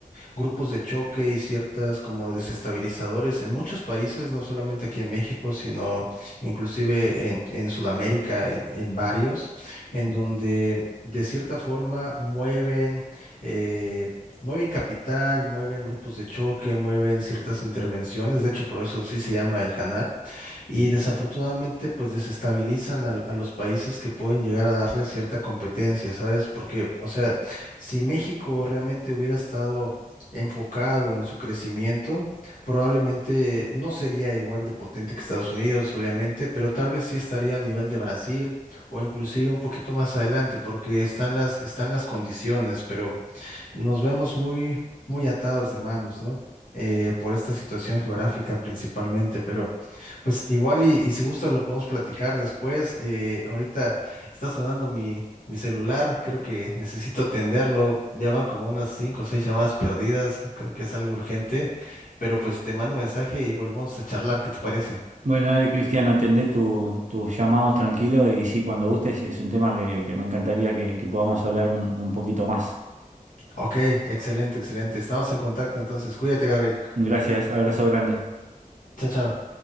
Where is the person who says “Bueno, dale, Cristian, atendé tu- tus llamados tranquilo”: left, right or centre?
Right